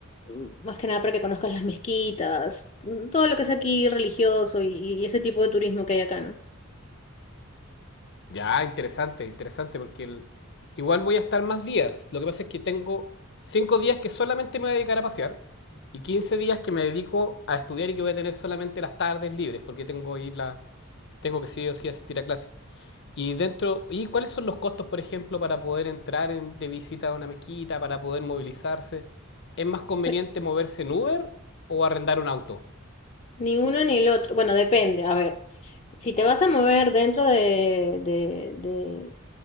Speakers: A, on the left; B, on the left.
A: Mm, Más que nada para que conozcas las mezquitas, mm, todo lo que es aquí religioso y, y ese tipo de turismo que hay acá, ¿no?
B: Ya, interesante, interesante, porque el- igual voy a estar más días. Lo que pasa es que tengo 5 días que solamente me voy a dedicar a pasear y 15 días que me dedico a estudiar y que voy a tener solamente las tardes libres, porque tengo ir la, tengo que sí o sí asistir a clases. Y dentro, ¿y cuáles son los costos, por ejemplo, para poder entrar en- de visita a una mezquita, para poder movilizarse? ¿Es más conveniente
A: Eh,
B: moverse en Uber o arrendar un auto?
A: Ni uno ni el otro. Bueno, depende. A ver, si te vas a mover dentro de, de, de